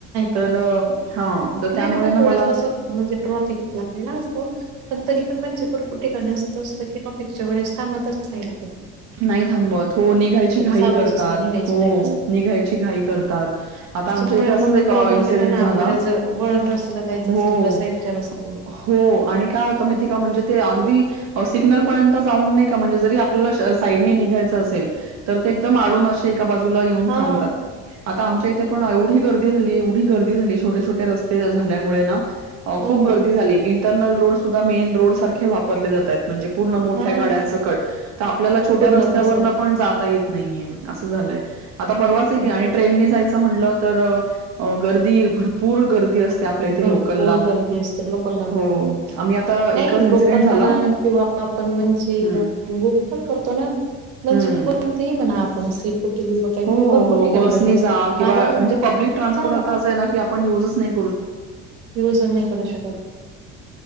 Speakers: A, on the right; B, on the right.
A: तर
B: करत
A: तर हा तर
B: नाही
A: त्यामुळे
B: नाही भरपूर
A: ना मला
B: त्यावेळेस कसं म्हणजे ट्रॉफिक <unintelligible> असतो ना पण तरी पण म्हणजे भर कुठिका असं असतं की टॉपिकच्या वेळेस थांबतच नाही कुठं.
A: नाही थांबत हो निघायची घाई
B: चालूच
A: करतात,
B: असतात निघायची
A: हो
B: घाई असते.
A: निघायची घाई करतात.
B: त्याच्यामुळे
A: आता आम <unintelligible> असाच
B: मग
A: एक
B: प्रॉब्लेम
A: इन्सिडन्स
B: येतो ना
A: झाला
B: आपल्याला जर वळण रस्त्याला जायचं
A: हो,
B: असेल किंवा साईडच्या रस्त्याला
A: हो. आणि काय होत माहिती का म्हणजे ते अगदी सिग्नलपर्यंत जाऊन नाही का म्हणजे जरी आपल्याला साईड निघायच असेल तर ते एकदम अडून असे एका बाजूला येऊन
B: हा
A: थांबतात. आता आमच्या इथे पण एवढी गर्दी झाली, एवढी गर्दी झाली छोटे, छोटे रस्ते झाल्यामुळे ना
B: हो
A: खूप गर्दी झाली. इंटरनल रोड सुद्धा मेन रोडसारखे वापरले जाताहेत. म्हणजे पूर्ण मोठ्या
B: हा
A: गाड्यांच कट तर आपल्याला छोट्या
B: पूर्ण
A: रस्त्यावरणात
B: तसं
A: नाही अस झाय आता परवाचं
B: तसं
A: आणि ट्रेननीयच म्ह गर् भरपूर ग ते आपल्या इथे
B: भरपूर
A: लोकलला
B: गर्दी असते लोकला
A: हो आम्ही आता
B: नाही
A: एकच इन्सिडेंट
B: लोकल
A: झाला
B: म्हणा आपण म्हणजे
A: हं,
B: बुक पण करतो ना म्हणजे
A: हं.
B: कोणती म्हणा आपण बुक केली जात
A: हो हो
B: भरपूर
A: हो
B: ठिकाणी
A: बस
B: गर्दी असते
A: जा किंवा
B: कारण
A: म्हणजे पब्लिक ट्रान्सपोर्ट
B: हा
A: आता असं आहे ना की आपण युजच नाही
B: युज नाही करू शकत